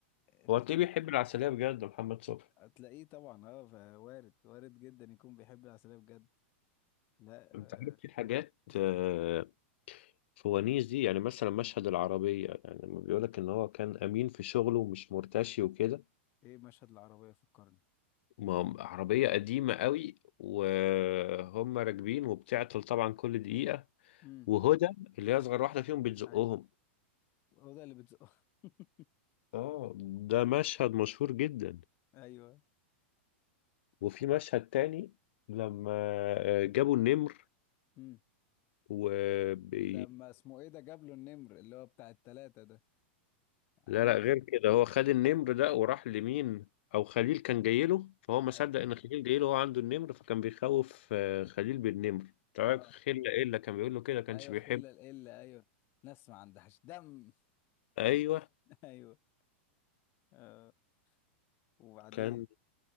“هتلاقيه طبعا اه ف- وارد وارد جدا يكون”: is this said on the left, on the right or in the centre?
Left